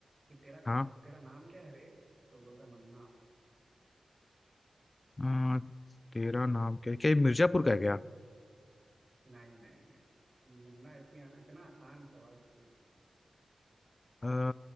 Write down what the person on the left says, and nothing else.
हाँ
अ, तेरा नाम क्या क्या ये मिर्जापुर का है क्या
अ,